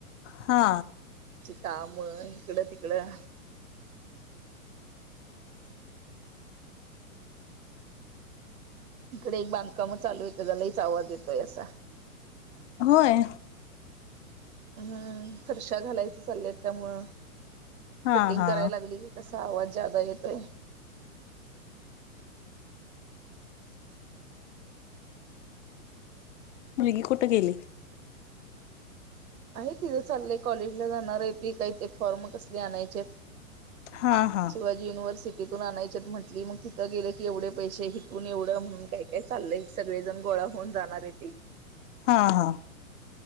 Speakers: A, on the left; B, on the right.
A: हा
B: काम इकडं तिकडं
A: <inaudible>
B: इकडे एक बांधकाम चालू येतं झालाहीच आवाज येतोय असा
A: होय
B: हम्म फर्शा घालायचं चाललंयत त्यामुळं
A: हा
B: कटिंग
A: हा
B: करायला लागली कसा आवाज येतो
A: मुलगी कुठं गेली
B: आहे तिथं चाललंय कॉलेजला जाणार आहे ती काही ते फॉर्म कसले आणायचे
A: हा हा
B: शिवाजी युनिवर्सिटी तथून आणायच्यात म्हटली मग तिथं गेलं की एवढे पैसे हिथून एवढं म्हणून काय काय चाललंय सगळे जण ग होऊन जाणार आहे ती
A: हा हा